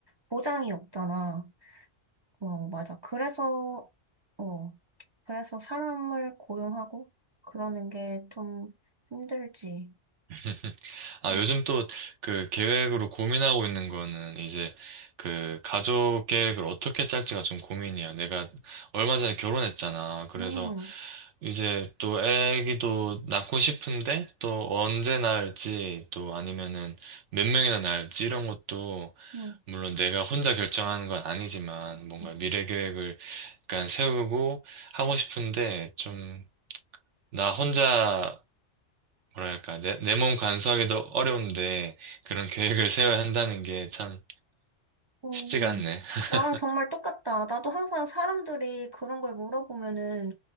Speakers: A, on the right; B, on the right.
A: 보장이 없잖아. 어, 맞아. 그래서, 어, 그래서 사람을 고용하고, 그러는 게 좀 힘들지.
B: <laughs> 아,
A: 음,
B: 요즘 또 그 계획으로 고민하고 있는 거는 이제 그 가족 계획을 어떻게 짤지가 좀 고민이야. 내가 얼마 전에 결혼했잖아. 그래서
A: 음,
B: 이제 또 애기도 낳고 싶은데 또 언제 낳을지 또 아니면은 몇 명이나 낳을지 이런 것도
A: 음,
B: 물론 내가 혼자 결정하는 건 아니지만
A: 그치.
B: 뭔가 미래 계획을 약간 세우고 하고 싶은데 좀 나 혼자 뭐랄까, 내, 내 몸 간수하기도 어려운데 그런 계획을 세워야 한다는 게 참
A: 오,
B: 쉽지가 않네.
A: 나랑
B: <laughs>
A: 정말 똑같다. 나도 항상 사람들이 그런 걸 물어보면은,